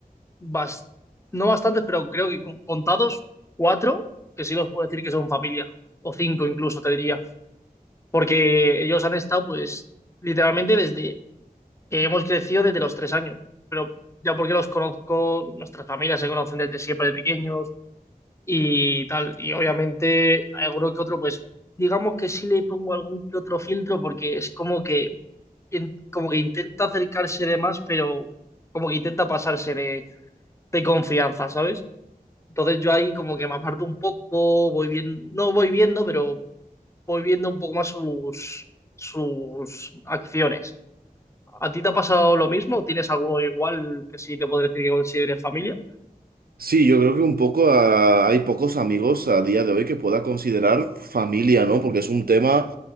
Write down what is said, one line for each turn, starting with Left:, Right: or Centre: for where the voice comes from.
Left: bas- no bastantes, pero creo que con- contados cuatro, que sí los puedo decir que son familia, o cinco incluso, te diría, porque ellos han estado, pues, literalmente desde que hemos crecido desde los tres años, pero ya porque los conozco, nuestras familias se conocen desde siempre de pequeños y tal, y obviamente alguno que otro, pues, digamos que sí le pongo algún que otro filtro porque es como que in- como que intenta acercarse de más, pero como que intenta pasarse de, de confianza, ¿sabes? Entonces yo ahí como que me aparto un poco, voy viendo, no voy viendo, pero voy viendo un poco más sus, sus acciones. ¿A ti te ha pasado lo mismo? ¿O ¿Tienes alguno igual que sí te podría decir que consideres familia?
Right: Sí, yo creo que un poco ah, hay pocos amigos a día de hoy que pueda considerar familia, ¿no? Porque es un tema